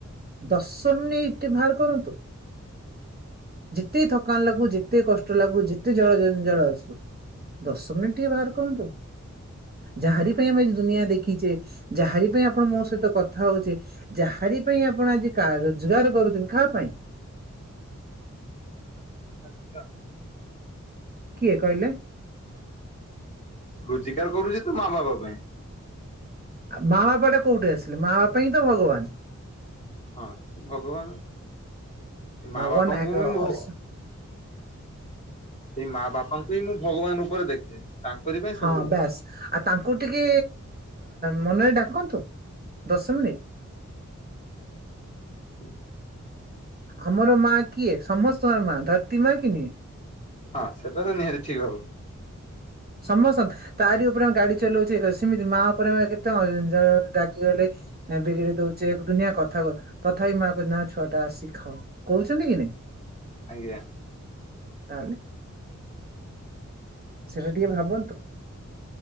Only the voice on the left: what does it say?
<unintelligible>
ରୋଜିଗାର କରୁଚି ତ ମା ବାପ ପାଇଁ।
ହଁ ଭଗବାନ ମା
ବାପାଙ୍କୁ
ମୋ
ସେଇ ମା ବାପାଙ୍କୁ ହିଁ ମୁଁ ଭଗବାନ ରୂପରେ ଦେଖେ। ତାଙ୍କରି ପାଇଁ
ସବୁ
ହୁଁ।
ହଁ ସେଟା ତ ନିହାତି ଠିକ୍ ହବ।
ଆଜ୍ଞା।